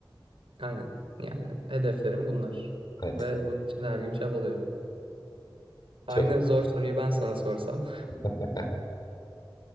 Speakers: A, on the right (about 90°); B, on the left (about 50°).
A: Aynen. Yani hedeflerim bunlar.
B: Evet,
A: Ve bunun için her gün çabalıyorum. Aynı
B: çok.
A: zor soruyu ben sana sorsam.
B: <laughs>